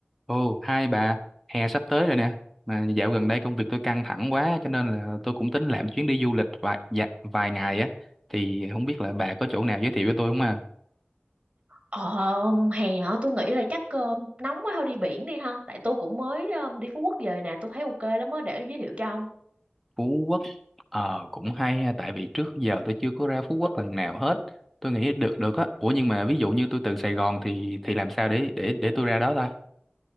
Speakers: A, in the centre; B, on the right.
A: Ồ, hai bà, hè sắp tới rồi nè. Mà dạo gần đây công việc tôi căng thẳng quá cho nên là tôi cũng tính làm chuyến đi du lịch vài dạ, vài ngày á thì không biết là bà có chỗ nào giới thiệu cho tôi không à?
B: Ờ, hè hả? Tôi nghĩ là chắc ờ, nóng quá thôi đi biển đi ha. Tại tôi cũng mới ờ, đi Phú Quốc về nè, tôi thấy ok lắm á, để giới thiệu cho ông.
A: Phú Quốc ờ cũng hay ha tại vì trước giờ tôi chưa có ra Phú Quốc lần nào hết. Tôi nghĩ được được á. Ủa nhưng mà ví dụ như tôi từ Sài Gòn thì thì làm sao để để để tôi ra đó ta?